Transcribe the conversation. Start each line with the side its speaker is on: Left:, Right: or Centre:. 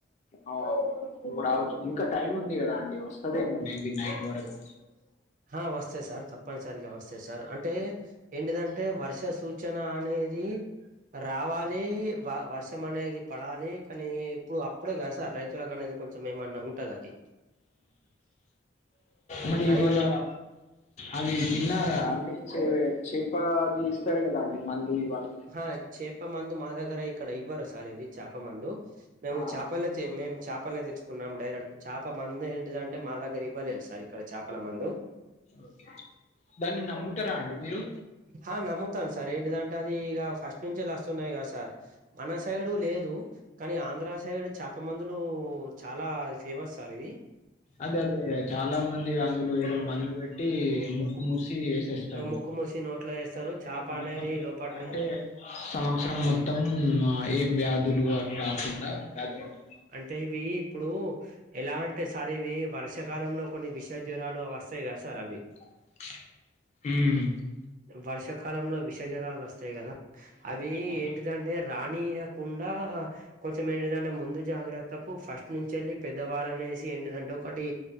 Left: ఆ ప్పుడు రావచ్చు ఇంకా టైం ఉంది. గదా అండి ఓస్తదమో మేబి నైట్ వరకు
Right: హ వస్తాయి సార్ తప్పనిసరిగావ స్తయి సార్ అంటే ఏంటిదంటే వర్ష సూచన అనేది రావాలి వ వర్షం అనేది పడాలి కనీ పు అప్పుడే గద సార్ రైతులకనేది కొంచెం ఏమన్నా ఉంటది అది
Left: మరి
Right: రైతులకు
Left: ఇవ్వాళ అవి తిన్నారా అండి చే చేపలా అది ఇస్తారు. గదా అండి మందు ఇవాళ
Right: అహా చేప మందు మా దగ్గర ఇక్కడ ఇవ్వరు సార్ ఇది చాప మందు మేము
Left: ఆ
Right: చేపలతే మేము చేపలే తెచ్చుకున్నాం డైరెక్ట్ చేప మందేంటిదంటే మా దగ్గర ఇవ్వలేదు. సార్ ఇక్కడ చాపల మందు
Left: ఒకే దాన్ని నమ్ముతారా అండి మీరు
Right: హా నమ్ముతాను. సార్ ఏంటిదంటే అది ఇగా ఫస్ట్ నుంచేల్లి ఆస్తున్నాయి. గాదా సార్ మన సైడు లేదు. కానీ ఆంధ్ర సైడ్ చాప మందులు చాలా ఫేమస్ సార్ ఇది
Left: అదే అదే చాలా మంది అందులో ఏదో మందు వేట్టి ము ముసి ఏసేస్తారు
Right: ముక్కు మూసి నోట్లో వేస్తారు
Left: అయితే
Right: చేప
Left: వాళ్ళ
Right: అనేది
Left: నమ్మకం
Right: లోపట్నే
Left: ఏందంటే సంవత్సరం మొత్తం ఏం వ్యాధులు అవి రాకుండా వ్యాధులు అంటన్న
Right: అంటే ఇవి ఇప్పుడు ఎలా అంటే సార్ ఇవి వర్షాకాలంలో కొన్ని విష జ్వరాలు వస్తాయి. గద సార్ అవి
Left: హ్
Right: వర్షాకాలంలో విష జ్వారాలు వస్తాయి. గద అవి
Left: అవును
Right: ఏంటిదంటే రానియకుండా కొంచెం ఏంటిదంటే ముందు జాగ్రత్తకు ఫస్ట్ నుంచేళ్ళి పెద్దవారు ఆనేసి ఏంటిదంటే ఒకటి